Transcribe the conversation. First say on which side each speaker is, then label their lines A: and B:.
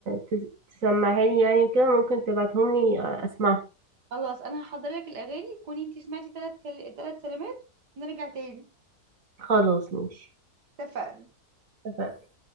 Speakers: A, on the right; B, on the right.
A: تس- تسمعها لي يعني وكده ممكن تبعتهم لي اسمعها
B: خلاص انا هحضر لك الاغاني تكوني انت سمعتي ثلاث كل... ثلاث سلامات ونرجع تاني
A: خلاص ماشي
B: اتفقنا
A: اتفقنا.